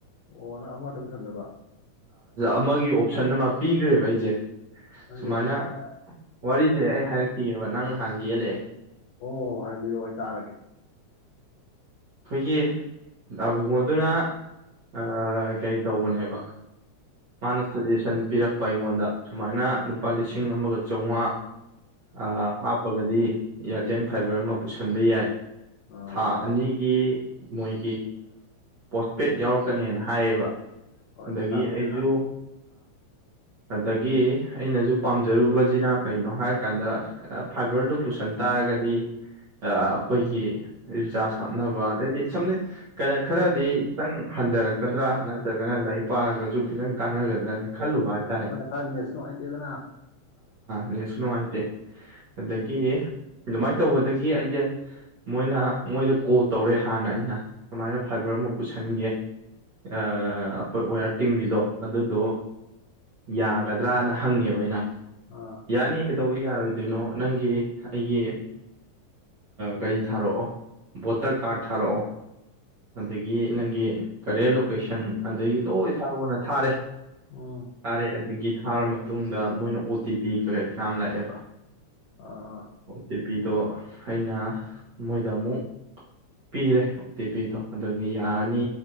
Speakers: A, on the left; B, on the right.
A: ꯑꯣ ꯅꯪ ꯑꯃꯇ ꯄꯨꯁꯟꯅꯕ
B: ꯑꯃꯒꯤ ꯑꯣꯞꯁꯟ ꯑꯃ ꯄꯤꯈ꯭ꯔꯦꯕ ꯑꯩꯁꯦ
A: ꯅꯪ
B: ꯁꯨꯃꯥꯏꯅ
A: ꯀꯩ ꯈꯟꯈ꯭ꯔꯕ
B: ꯋꯥꯔꯤꯁꯦ ꯑꯩ ꯍꯥꯏꯔꯛꯈꯤꯑꯕ ꯅꯪ ꯍꯥꯏ ꯂꯩꯦ
A: ꯑꯣ ꯍꯥꯏꯕꯤꯔꯣ ꯑꯩ ꯆꯥꯔꯒꯦ
B: ꯀꯦ ꯑꯕꯨꯡꯕꯉꯣꯗꯨꯅꯥ ꯑ ꯀꯩ ꯇꯧꯕꯅꯦꯕ ꯃꯥꯅ ꯁꯖꯦꯁꯟ ꯄꯤꯔꯛꯄ ꯑꯩꯉꯣꯟꯗ ꯁꯨꯃꯥꯏꯅ ꯂꯨꯄꯥ ꯂꯤꯁꯤꯡ ꯑꯃꯒ ꯆꯥꯝꯃꯉꯥ ꯑ ꯍꯥꯄꯒꯗꯤ ꯏꯌꯥꯔꯇꯦꯜ ꯐꯥꯏꯕꯔ ꯑꯃ ꯄꯨꯁꯟꯕ ꯌꯥꯏ
A: ꯑꯥ
B: ꯊꯥ ꯑꯅꯤꯒꯤ ꯃꯣꯏ ꯄꯣꯁꯄꯦꯗ ꯌꯥꯎꯔꯛꯀꯅꯦꯅ ꯍꯥꯏꯌꯦꯕ
A: ꯍꯣꯏ
B: ꯑꯗꯒꯤ
A: ꯄꯩꯁꯥ ꯄꯤꯔꯒ
B: ꯑꯩꯁꯨ ꯑꯗꯒꯤ ꯑꯩꯅꯁꯨ ꯄꯥꯝꯖꯔꯨꯕꯁꯤꯅ ꯀꯩꯅꯣ ꯍꯥꯏꯔꯀꯥꯟꯗ ꯐꯥꯏꯕꯔꯗꯨ ꯄꯨꯁꯟ ꯇꯥꯔꯒꯗꯤ ꯑꯩꯈꯣꯏꯒꯤ ꯔꯤꯆꯥꯔꯖ ꯍꯥꯞꯅꯕ ꯑꯗꯩꯗꯤ ꯁꯝꯅ ꯀꯩꯅ ꯈꯔꯗꯤ ꯈꯤꯇꯪ ꯍꯟꯊꯔꯛꯀꯗ꯭ꯔꯥ ꯅꯠꯇ꯭ꯔꯒꯅ ꯂꯥꯏꯔꯤꯛ ꯄꯥꯔꯒꯁꯨ ꯈꯤꯇꯪ ꯀꯥꯟꯅꯒꯗ꯭ꯔꯅ ꯈꯜꯂꯨꯕ ꯍꯥꯏ
A: ꯑꯩꯈꯣꯏꯅ ꯀꯥꯏꯔꯤ ꯅꯦꯁ ꯅꯨꯡꯉꯥꯏꯇꯦꯗꯅ
B: ꯅꯦꯁꯨ ꯅꯨꯡꯉꯥꯏꯇꯦ ꯑꯗꯨꯗꯒꯤ ꯑꯗꯨꯃꯥꯏꯅ ꯇꯧꯕꯗꯒꯤ ꯑꯩꯁꯦ ꯃꯣꯏꯅ ꯃꯣꯏꯗ ꯀꯣꯜ ꯇꯧꯔꯦ ꯍꯥꯟꯅ ꯑꯩꯅ ꯀꯃꯥꯏꯅ ꯐꯥꯏꯕꯔ ꯑꯃ ꯄꯨꯁꯤꯟꯒꯦ ꯑꯩꯈꯣꯏ ꯑꯣꯌꯥꯔ ꯇꯤꯡꯕꯤꯗꯣ ꯑꯗꯨꯗꯣ ꯌꯥꯒꯗ꯭ꯔꯥꯅ ꯍꯪꯉꯦꯕ ꯑꯩꯅ
A: ꯑꯥ
B: ꯌꯥꯅꯤ ꯀ ꯀ ꯇꯧꯕ ꯌꯥꯔꯣꯏꯗꯣꯏꯅꯣ ꯅꯪꯒꯤ ꯑꯩꯒꯤ ꯀꯔꯤ ꯊꯥꯔꯛꯑꯣ ꯚꯣꯇꯔ ꯀꯥꯔꯗ ꯊꯥꯔꯛꯑꯣ ꯑꯗꯒꯤ ꯅꯪꯒꯤ ꯀꯔꯦꯟ ꯂꯣꯀꯦꯁꯟ ꯑꯗꯒꯤ ꯂꯣꯏ ꯊꯥꯔꯛꯑꯣꯅ ꯊꯥꯔꯦ
A: ꯎꯝ
B: ꯑꯗꯒꯤ ꯊꯥꯔ ꯃꯇꯨꯡꯗ ꯃꯣꯏꯅ ꯑꯣ ꯇꯤ ꯄꯤ ꯀꯩꯀꯩ ꯐꯅꯥ ꯂꯥꯛꯑꯦꯕ
A: ꯑꯥ
B: ꯑꯣꯠꯇ ꯄꯤꯗꯣ ꯑꯩꯅ ꯃꯣꯏꯗ ꯑꯃꯨꯛ ꯄꯤꯔꯦ ꯑꯣ ꯇꯤ ꯄꯤꯗꯣ ꯑꯗꯨꯗꯒꯤ ꯌꯥꯔꯅꯤ